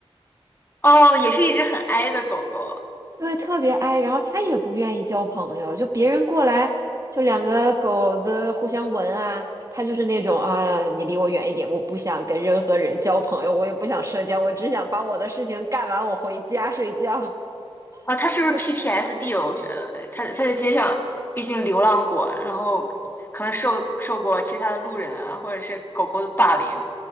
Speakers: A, on the left (about 20°); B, on the right (about 30°).
A: 哦，也是一只很哀的狗狗。
B: 对，特别 i，然后他也不愿意交朋友，就别人过来，就两个狗子互相闻啊，他就是那种啊，你离我远一点，我不想跟任何人交朋友，我也不想社交，我只想把我的事情干完，我回家睡觉。<laughs>
A: 啊，他是不是
B: 就特
A: PTSD 哦？我觉得他他在街上，毕竟流浪过，然后可能受受过其他的路人啊，或者是狗狗的霸凌。